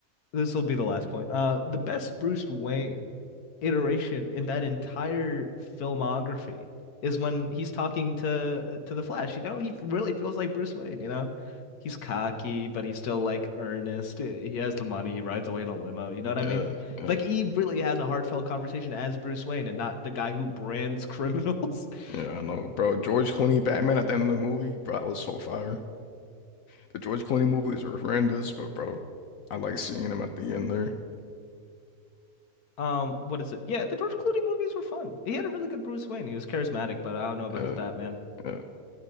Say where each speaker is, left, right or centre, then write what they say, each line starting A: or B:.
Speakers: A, on the left (about 85°); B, on the left (about 70°).
A: this will be the last point. Uh, the best Bruce Wayne iteration in that entire filmography is when he's talking to to the Flash. You know, he really feels like Bruce Wayne. You know, he's cocky, but he's still like earnest. He has the money. He rides away in a limo. You know what I
B: Yeah,
A: mean?
B: yeah,
A: Like he really has a heartfelt conversation as Bruce Wayne, and not the guy who brands criminals. <laughs>
B: yeah. I know, bro. George Clooney Batman at the end of the movie, bro, that was so fire. The George Clooney movies are horrendous, but bro, I like seeing him at the end there.
A: Um, what is it? Yeah, the George Clooney movies were fun. He had a really good Bruce Wayne. He was charismatic, but I don't know about
B: Yeah,
A: his Batman.
B: yeah.